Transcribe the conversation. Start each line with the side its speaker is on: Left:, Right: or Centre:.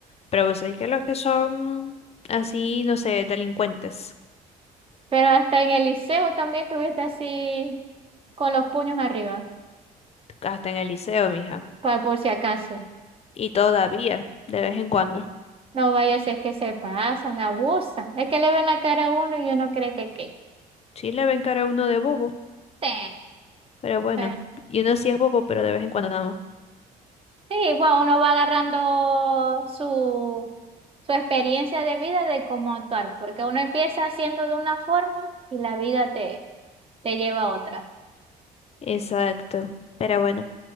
Left: pero vos sabés que los que son así, no sé, delincuentes,
Right: Pero hasta en el liceo también tuviste así con los puños arriba,
Left: hasta en el liceo, mija,
Right: pa- por si acaso.
Left: y todavía, de vez en cuando,
Right: No vaya a ser que se pasan, abusan. Es que le ven la cara a uno y uno cree que qué.
Left: sí le ven cara a uno de bobo,
Right: Sí,
Left: pero bueno,
Right: eh,
Left: y uno sí es bobo, pero de vez en cuando nada más.
Right: sí, bueno, uno va agarrando su, su experiencia de vida de cómo actuar, porque uno empieza haciendo de una forma y la vida te, te lleva a otra.
Left: Exacto, pero bueno,